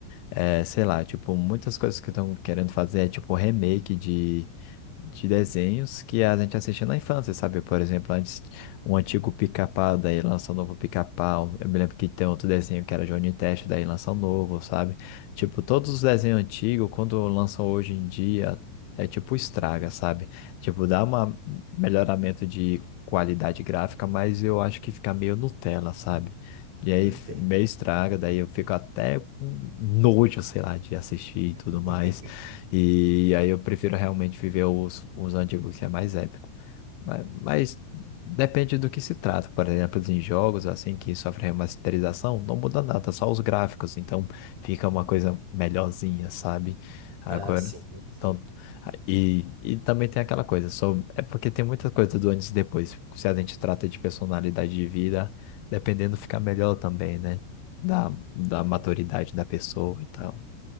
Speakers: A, on the left (about 85°); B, on the right (about 40°).
A: É, sei lá, tipo, muitas coisas que estão querendo fazer é tipo remake de, de desenhos que a gente assistia na infância, sabe? Por exemplo, antes um antigo Pica-Pau, daí lança um novo Pica-Pau. Eu me lembro que tem outro desenho que era Johnny Test, daí lança um novo, sabe? Tipo, todos os desenhos antigos, quando lançam hoje em dia, é tipo estraga, sabe? Tipo, dá um melhoramento de qualidade gráfica, mas eu acho que fica meio Nutella, sabe? E aí
B: Entendo.
A: f- meio estraga, daí eu fico até com nojo, sei lá, de assistir e tudo
B: <laughs>
A: mais. E aí eu prefiro realmente viver os, os antigos, que é mais épico. Mas, mas depende do que se trata. Por exemplo, em jogos assim que sofrem remasterização, não muda nada, só os gráficos. Então fica uma coisa melhorzinha, sabe? Agora.
B: Ah, sim, sim.
A: Então, a- e, e também tem aquela coisa, só é porque tem muita coisa do antes e depois. Se a gente trata de personalidade de vida. Dependendo, fica melhor também, né? Da, da maturidade da pessoa e tal.